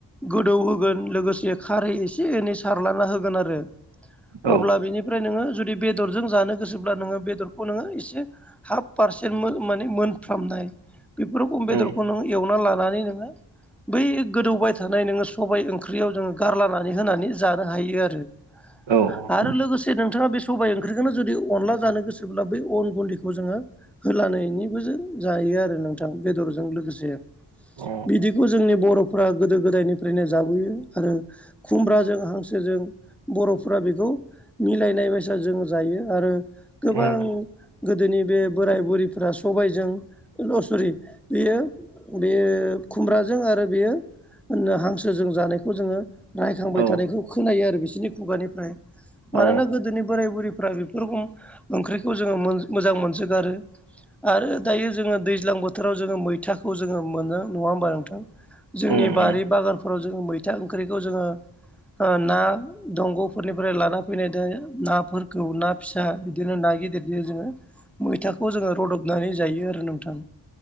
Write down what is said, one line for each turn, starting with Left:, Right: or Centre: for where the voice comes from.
Centre: गोदौ होगोन लोगोसे। खारै एसे एनै सारला होगोन आरो
Right: औ
Centre: अब्ला बेनिफ्रा ओमफ्राय नोङो जुदि बेदरजों जानो गोसोब्ला नोङो बेदरखौ नोङो एसे हाफ पारसेन्ट माने मोनफ्रामनाय बेफोरखौ बेदरखौ
Right: उम
Centre: नंनोङो एवना लानानै नोङो। बै गोदौबाय थानाय नोङो सबाय ओंख्रियाव जोङो गारलानानै होनानै जानो हायो आरो। <unintelligible>
Right: औ। औ
Centre: आरो लोगोसे नोंथाङा बे सबाय ओंख्रिखौनो जुदि अनला जानो गोसोब्ला बै अन गुन्दैखौबो बेखौ जोङो होलानायनिबो जायो आरो नोंथां बेदरजों लोगोसे।
Right: औ
Centre: बिदिखौ जोंनि बर'फ्रा गोदो-गोदायनिफ्रायनो जाबोयो आरो। खुमब्राजों हांसोजों बर'फोरा बेखौहा मिलायनाय बाय साजों जायो आरो गोबां
Right: उम
Centre: गोदोनि बे बोराय बुरिफोरा सबायजों सरि बेयो बेयो खुमब्राजों आरो बेयो हांसोजों जानायखौ जोङो रायखांबाय
Right: औ
Centre: थानायखौ खोनायो आरो बिसोरनि खुगानिफ्राय मानोना
Right: औ
Centre: गोदोनि बोराय बुरैफ्रा बे बेुरुखुम ओंख्रिखौ जोङो मोजां मोनजोगारोनआ आ दायो जोङो दैज्लां बोथोराव जोङो मैथाखौ जोङो मोनो नङा होमबा नोंथां? जोंनि
Right: उम
Centre: बारि
Right: उम
Centre: बागानफोराव जोङो मैथा ओंख्रिखौ जोङो ओ ना दंग'फोरनिफ्राय लाना फैनाय दा नाफोरखौ ना फिसा बिदिनो ना गिदिरजों जोङो ओ मैथाखौ जोङो रूदबनानै जायो आरो नोंथां